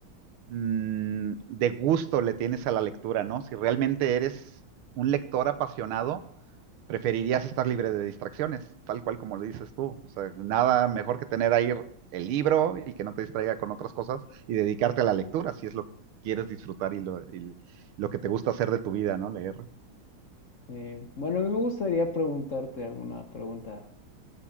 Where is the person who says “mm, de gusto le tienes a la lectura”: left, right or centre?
Right